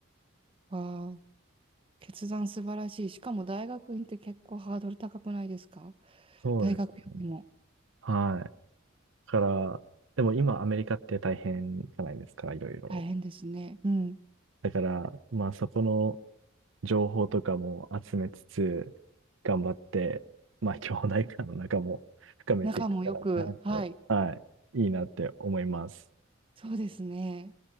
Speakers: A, on the right (about 25°); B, on the right (about 70°).
A: わあ、決断素晴らしい。しかも大学院って結構ハードル高くないですか
B: そうです。
A: 大学よりも
B: はい。だから、でも今アメリカって大変じゃないですか、いろいろ。
A: 大変ですね。うん。
B: だから、まあそこの、情報とかも集めつつ、頑張って、まあ、<laughs> 兄弟間の仲も深めていったらなって、
A: 仲もよく。はい。
B: はい、いいなって思います。
A: そうですね。